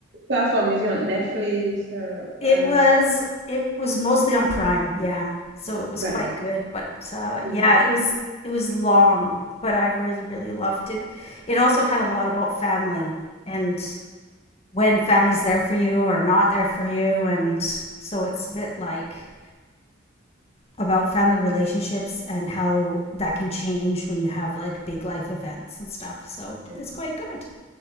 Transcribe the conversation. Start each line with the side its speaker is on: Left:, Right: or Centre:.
Right: platform is it on? Netflix or Prime?
Left: It was it was mostly on Prime, yeah. So it was
Right: Prime.
Left: quite good, but uh, yeah,
Right: Everybody.
Left: it was it was long, but I really really loved it. It also had a lot about family and when family's there for you or not there for you, and so it's a bit like about family relationships and how that can change when you have like big life events and stuff. So
Right: Okay.
Left: it's quite good.